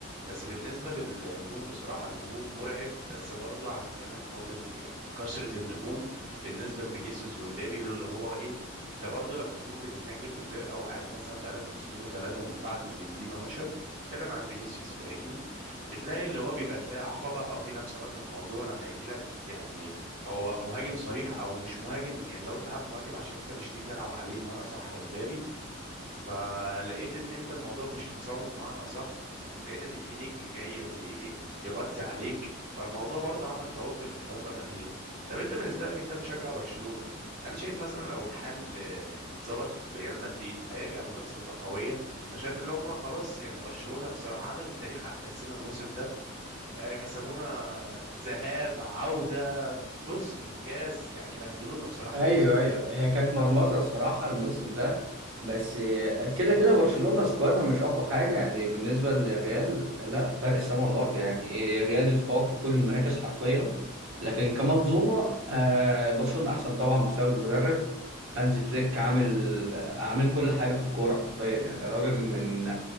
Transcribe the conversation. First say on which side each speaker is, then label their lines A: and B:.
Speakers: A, on the right; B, on the right.
A: بس بالنسبة للهجوم بصراحة الهجوم مرعب بس برضه هنتكلم في نقطة يعني كثرة النجوم بالنسبة لفينيسيوس ومبابي اللي هو ايه انت برضه لما تكون بتتنجم في فرقة وقاعد مثلا بقالك موسمين وثلاثة من بعد ما بنزيما مشى بتكلم عن فينيسيوس فاهمني بتلاقي اللي هو بيبقى تلاقي عقبة او في نفسنا في الموضوع لما يجي لك يعني هو مهاجم صريح او مش مهاجم يعني هو بتلعب مهاجم عشان انت مش تيجي تلعب عليه بمعنى صح امبابي فلقيت ان انت الموضوع مش شخصانه بمعنى اصح لقيت ان في نجم جاي يغ- يعني يغطي عليك فالموضوع برضه عمل توتر في الفترة الأخيرة طب انت بالنسبة لك انت بتشجع برشلونة هل شايف مثلا لو الحل آه، يعني اتظبط في ريال مدريد هيرجع المنافسة تبقى قوية انا شايف اللي هم خلاص يعني برشلونة بصراحة عمل التاريخ على حسنا الموسم ده آه، كسبونا ذهاب عودة بص في الكاس يعني بهدلونا بصراحة
B: ايوه
A: الموسم ده
B: ايوه هي كانت مرمطه الصراحه الموسم ده بس كده كده برشلونه سكوادها مش اقوى حاجه يعني بالنسبه للريال لا فرق السما والارض يعني إيه، الريال يتفوق في كل المراكز حرفيا لكن كمنظومه آه، برشلونه احسن طبعا بسبب المدرب هانز فليك عامل عامل كل حاجه في الكوره حرفيا يعني الراجل من